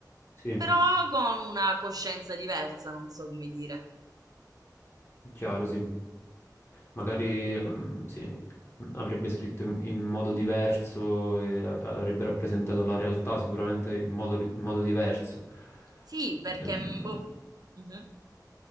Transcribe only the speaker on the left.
sì,
chiaro, sì. Magari, mm, sì, avrebbe scritto in, in modo diverso e a- avrebbe rappresentato la realtà sicuramente in modo, ri- in modo diverso.
Ehm,